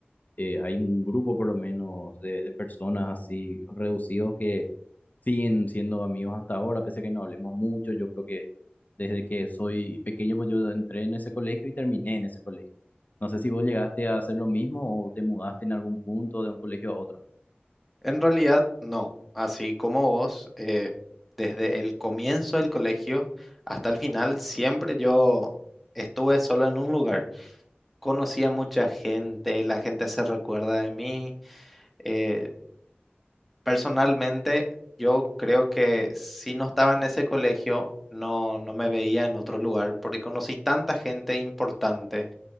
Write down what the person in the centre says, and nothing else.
Ujú.
En realidad, no. Así como vos, eh, desde el comienzo del colegio hasta el final, siempre yo estuve solo en un lugar. conocía mucha gente, la gente se recuerda de mí. eh, Personalmente, yo creo que si no estaba en ese colegio, no, no me veía en otro lugar, porque conocí tanta gente importante